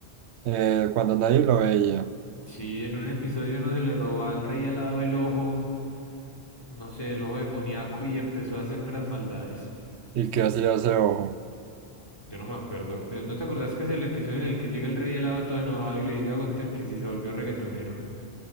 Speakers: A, on the right (about 85°); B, on the left (about 20°).
A: eh, cuando nadie lo veía.
B: Sí, en un episodio no se le robó al rey al lado el ojo. no sé, el ojo demoníaco y empezó a hacerme las maldades.
A: ¿Y qué hacía ese ojo?
B: Yo no me acuerdo. Pues no te acordás que es el episodio en el que llega el rey helado todo enojado y le dice a Gunther que si se volvió reggaetonero.